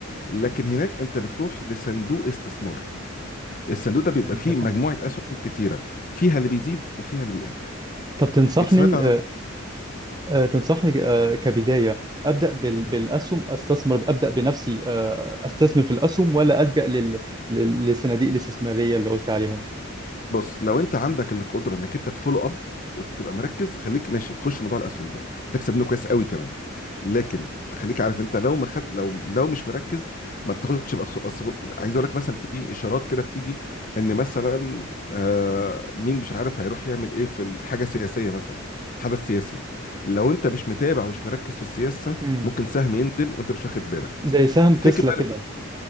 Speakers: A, on the left; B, on the right.
A: لكن هناك انت بتروح لصندوق استثمار الصندوق ده بيبقى
B: فهمتك
A: فيه مجموعه
B: اه
A: اسهم كتيره فيها اللي بيزيد وفيها اللي بيقل
B: طب تنصحني
A: انت سمعت
B: آه، آه، تنصحني آه، كبداية أبدأ بال- بالأسهم أستثمر أبدأ بنفسي آه، أستثمر في الأسهم ولا ألجأ لل- لل- للصناديق الاستثمارية اللي قلت عليها
A: بص لو انت عندك القدره انك انت تفولو اب وتبقى مركز خليك ماشي خش موضوع الاسهم ده هتكسب منه كويس قوي كمان لكن خليك عارف انت لو ما خد لو لو مش مركز ما بتاخدش بأخ- أصل- خد- عايز اقول لك مثلا في اشارات كده بتيجي ان مثلا آه مين مش عارف هيروح يعمل ايه في ال- حاجه سياسيه مثلا حدث سياسي لو انت مش متابع ومش مركز في السياسه
B: امم
A: ممكن سهم ينزل وانت مش واخد بالك
B: زي سهم تسلا
A: فكر
B: كده